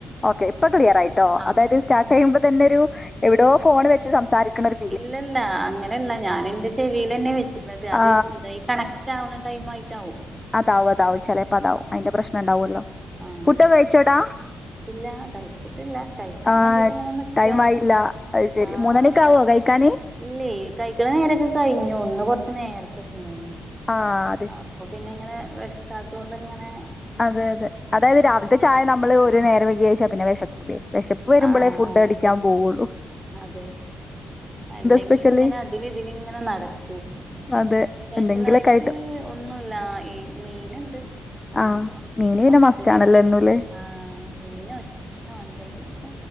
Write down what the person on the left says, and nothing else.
ഓക്കെ ഇപ്പം ക്ലിയറായിട്ടോ
അതായത് സ്റ്റാർട്ടെയ്യുമ്പോ തന്നൊരു എവിടോ ഫോൺ വെ ച്ച് സംസാരിക്ക്ണൊര്
ആ
അതാവു അതാവും ചേലപ്പതാവും അയ്ന്റെ പ്രെശ്നെണ്ടാവൊല്ലോ
പുഡൊക്കെ കഴ്ച്ചോടാ
ആ
ടൈം ആയില്ല അത് ശരി
മൂന്നണിക്കാവോ കഴിക്കാന്
ആഹ്
അതെ അതെ അതായത് രാവില്ത്തെ നമ്മൾ ചായ നമ്മള്
ഒരു നേരംവൈകി കഴ്ച്ചാപിന്നെ വെഷക്കൂലേ വെഷ പ്പ് വെരുമ്പളേ
ഫുഡടിക്കാൻ
പോവൊള്ളു
സ്പെഷ്യല്?
അതെ.
എന്തെങ്കിലൊക്കെ ആയിട്ട്.
ആ മീന്
പിന്നെ മസ്റ്റാണല്ലോ എന്നുല്ലേ?